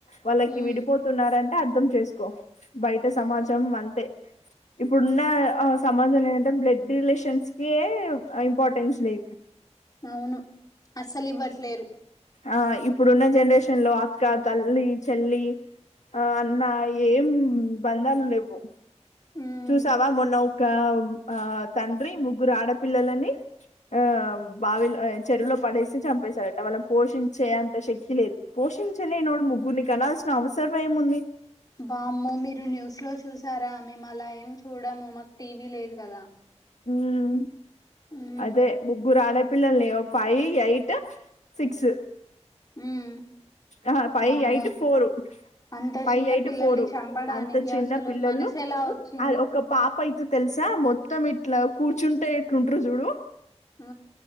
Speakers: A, on the left (about 85°); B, on the left (about 35°).
A: వాళ్ళకి
B: ఉమ్
A: విడిపోతున్నారంటే అర్థం చేసుకో కో బయట సమాజం
B: అవును
A: అంతే ఇప్పుడున్న సమాజంలో ఏంటంటే బ్లడ్ రిలేషన్స్ కే ఇంపార్టెన్స్ లే
B: అవును అస్సలు ఇవ్వట్లేరు
A: ఆ ఇప్పుడున్న జనరేషన్ లో అక్క, తల్లి, చెల్లి ఆ అన్న ఏం బంధాలు లేవు.
B: ఉమ్
A: చూసావా మొన్న ఒక ఆ తండ్రి ముగ్గురు ఆడపిల్లలని ఆ బావిలో, చెరువులో పడేసి చంపేశారట. వాళ్ళను పోషించే అంత శక్తి లేదు. పోషించ లేనోడు ముగ్గుర్ని కనల్సిన అవస సర్మైముంది
B: బా మ్మో మీరు న్యూస్ లో చూ చూసారా మేము అలా ఏం చూడము మాకు టీవీ లేదు కదా
A: ఉమ్
B: ఉమ్
A: అదే ముగ్గురు ఆడపిల్లల ని ఫైవ్ ఎయిట్ సిక్స్
B: ఉమ్
A: ఆ ఫై
B: వామ్మో
A: అయిట్ ఫోర్
B: అంత
A: ఫైవ్
B: చిన్న
A: ఎయిట్
B: పిల్లల్ని
A: ఫోర్
B: చంపడానికి
A: అంత చిన్న
B: అసలు
A: పిల్లలు
B: మనసు ఎలా వచ్చింది
A: అ ఒక పాప అయితే తెలుసా మొత్తం ఇట్లా కూర్చుంటే ఎట్లుంటరు చూడు
B: ఆ